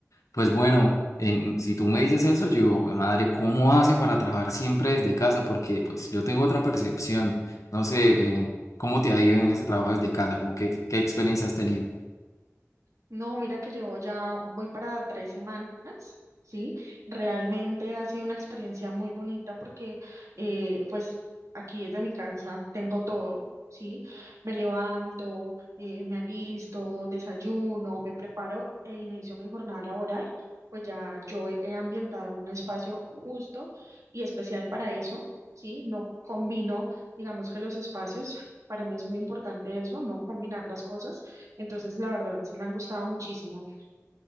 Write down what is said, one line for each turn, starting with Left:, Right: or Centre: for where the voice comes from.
Left: Pues bueno, en- si tú me dices eso, yo digo, "Jue madre, ¿cómo hace para trabajar siempre desde casa? Porque pues yo tengo otra percepción, no sé, eh, ¿cómo te ha ido en ese trabajo desde casa? ¿Cómo qué, qué experiencia has tenido?
Right: No, mira que llevo ya, voy para tres semanas, ¿sí? Realmente ha sido una experiencia muy bonita porque eh, pues aquí desde mi casa tengo todo, ¿sí? Me levanto, eh, me alisto, desayuno, me preparo e inicio mi jornada laboral. Pues ya yo he he ambientado un espacio justo y especial para eso, ¿sí? No combino, digamos que los espacios, para mí es muy importante eso, no combinar las cosas entonces, la verdad, sí me ha gustado muchísimo.